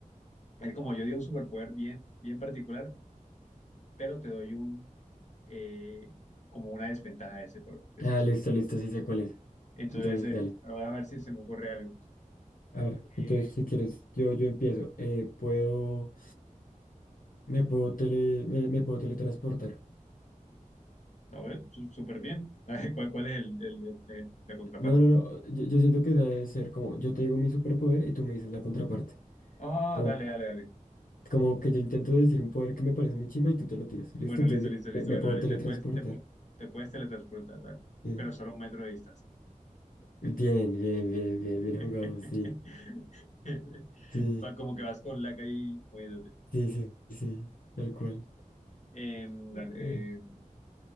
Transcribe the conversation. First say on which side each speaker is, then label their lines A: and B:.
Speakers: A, on the left; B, on the left.
A: Es como yo di un superpoder bien, bien particular, pero te doy un, eh, como una desventaja de ese, por- de
B: Ah,
A: ese super-
B: listo, listo, sí sé cuál es.
A: Entonces,
B: Entonces,
A: eh,
B: dale.
A: a ver si se me ocurre algo.
B: A ver,
A: Eh,
B: entonces si quieres, yo, yo empiezo. Eh, puedo, me puedo tele, me, me puedo teletransportar.
A: A ver, su- súper bien. <laughs> ¿Cuál, cuál es el, el- el- el- la contraparte?
B: No, no, no. Yo, yo siento que debe ser como, yo te digo mi superpoder y tú me dices la contraparte.
A: Ah,
B: como,
A: dale, dale, dale.
B: como que yo intento decir un poder que me parece muy chimba y tú te lo tiras. Listo,
A: Bueno,
B: entonces
A: listo,
B: digo,
A: listo,
B: me,
A: listo.
B: me
A: Bueno,
B: puedo
A: dale,
B: teletransportar.
A: te puedes, te, pu- te puedes teletransportar, dale.
B: Eh,
A: Pero solo a un metro de distancia.
B: bien, bien, bien, bien, bien
A: <laughs>
B: jugado, sí. Sí,
A: Va como que vas con la calle y moviéndote.
B: sí, sí, sí, tal cual.
A: Eh, dale,
B: Eh,
A: eh,